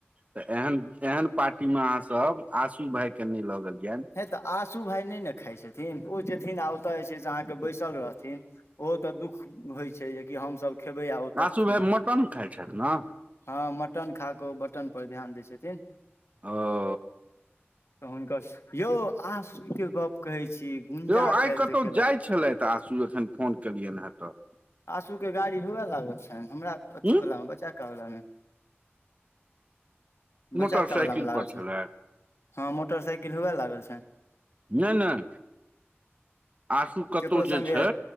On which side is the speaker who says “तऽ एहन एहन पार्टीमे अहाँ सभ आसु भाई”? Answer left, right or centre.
Right